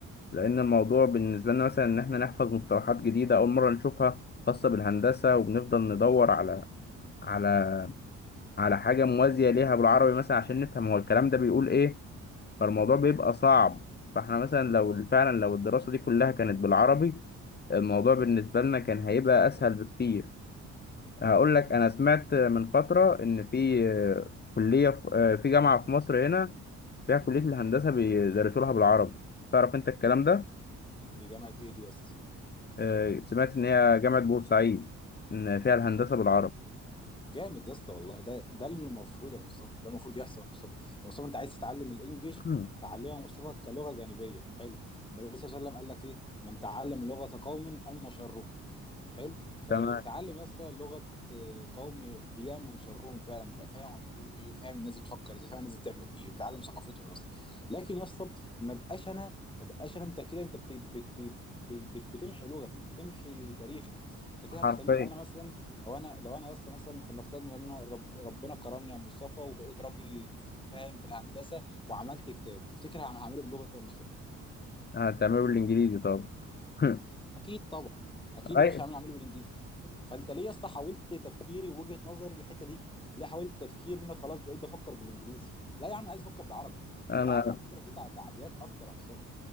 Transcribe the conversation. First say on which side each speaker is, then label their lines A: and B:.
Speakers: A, on the left; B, on the left.
A: لان الموضوع بالنسبه لنا مثلا ان احنا نحفظ مصطلحات جديده اول مره نشوفها خاصه بالهندسه وبنفضل ندور على على على حاجة موازية ليها بالعربي مثلا عشان نفهم هو الكلام ده بيقول ايه فالموضوع بيبقى صعب فاحنا مثلا لو فعلا لو الدراسة دي كلها كانت بالعربي الموضوع بالنسبة لنا كان هيبقى أسهل بكتير هقول لك أنا سمعت من فترة إن في آه، كلية في آه، في جامعة في مصر هنا فيها كلية الهندسة بيدرسوا لها بالعربي تعرف أنت الكلام ده
B: دي جامعه ايه دي يا اسطى
A: آه، سمعت إن هي جامعة بورسعيد إن فيها الهندسة بالعربي
B: جامد يا اسطى والله ده ده اللي المفروض يا مصطفى ده المفروض يحصل يا مصطفى يا مصطفى انت عايز تتعلم الانجليش
A: <clears throat>
B: تتعلمه يا مصطفى كلغه جانبيه حلو النبي صلى الله عليه وسلم قال لك ايه من تعلم لغه قوم امن شره حلو فاللي
A: تمام
B: بيتعلم اصلا لغه آه، قومي بيعمل شرهم فعلا بيبقى فاهم هما بيقولوا ايه وفاهم الناس بتفكر ازاي فاهم الناس بتعمل ايه بيتعلم ثقافتهم يا اسطى لكن يا اسطى ما بقاش انا ما بقاش انا انت كده انت بت... بت... بت... بتمحي لغتي بتمحي تاريخي انت كده
A: حرفيا
B: هتخليني انا مثلا لو انا لو انا يا اسطى مثلا فلنفترض ان انا رب... ربنا كرمني يا مصطفى وبقيت راجل فاهم في الهندسه وعملت كتاب تفتكر هعمله بلغه ايه يا مصطفى؟
A: هتعمله بالإنجليزي طبعا <laughs>
B: اكيد طبعا اكيد
A: اي
B: يا باشا عامل اعمله بالانجليزي ف- فانت ليه يا اسطى حاولت تفكيري ووجهة نظري للحته دي ليه حاولت تفكير ان أنا خلاص بقيت بفكر بالانجليزي لا يا عم عايز افكر بالعربي
A: انا
B: والعربي على فكره فيه تع- تعبيات اكتر يا مصطفى